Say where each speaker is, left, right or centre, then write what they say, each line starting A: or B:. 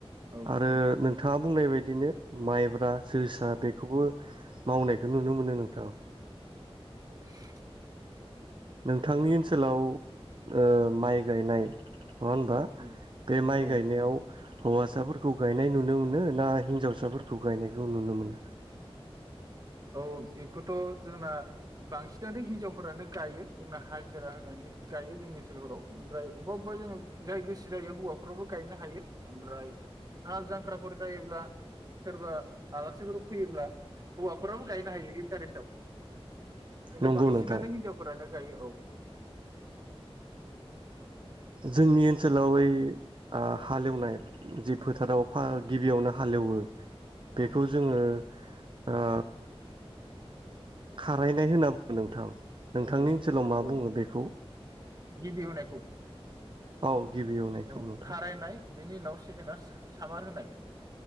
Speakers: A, on the right; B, on the right.
A: औ
B: आरो नोंथाङा। बुंनाय बायदिनो माइब्रा। जोसा बेखौबो। मावनायखौ नुनो मोनो नोंथाङ।
A: <inaudible>
B: नोंथांनि ओनसोलाव ओ माइ गायनाय। नङा होनबा
A: औ
B: बे माइ
A: औ
B: गायनायाव हौवासाफोरखौ गायनाय नुनो मोनो ना हिन्जावसाफोरखौ गायनाय खौ नुनो मोनो।
A: औ बेखौथ जोंना बांसिनानो हिनजावफोरानो गायो जोंना हाजिरा होनानै गायो जोंनि ओनसोलफोराव ओमफ्राय अबेबा-अबेबा जोङो जाय गोसो जायो। हौवाफोराबो गायनो हायो ओमफ्राय हाल जांख्राफोर जायोब्ला सोरबा आलासिफोरखौ फैयोब्ला हौवाफोराबो गायनो हायो इन्टारेस्टआव। खिन्थु
B: नंगौ
A: बांसिनानो
B: नोंथां
A: हिनजावफोरानो गायो औ। <inaudible>
B: जोंनि ओनसोलाव ओइ आ हालेवनाय जि फोथाराव फा गिबियावनो हालेवो
A: औ
B: बेखौ
A: औ
B: जोङो ओ खारायनाय होनना बुंङो नोंथां। नोंथांनि
A: औ औ
B: ओनसोलाव मा
A: औ
B: बुङो बेखौ
A: गिबि एवनायखौ
B: औ। गिबि एवनायखौ
A: औ
B: नोंथां
A: खारायनाय बिनि उनाव सेकेना सामार होनाय।